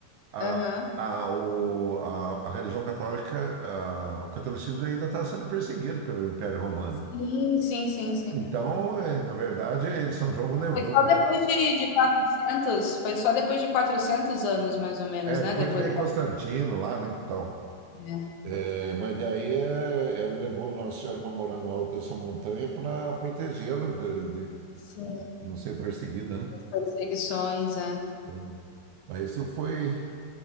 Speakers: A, on the right; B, on the left.
A: a,
B: Aham.
A: a, o, a, a religião católica, a- o catolicismo ainda está sendo perseguido pelo Império Romano.
B: Sim, sim, sim, sim.
A: Então, eh, na verdade, São João levou,
B: Foi só depois de, de quatrocentos foi só depois de 400 anos, mais ou menos,
A: É,
B: né?
A: depois
B: Depois,
A: que veio Constantino lá, né, então.
B: é,
A: É, mas daí é, ela levou Nossa Senhora para morar no alto dessa montanha para protegê-la de,
B: sim,
A: de não ser perseguida, né?
B: as perseguições, é.
A: Então, Mas isso foi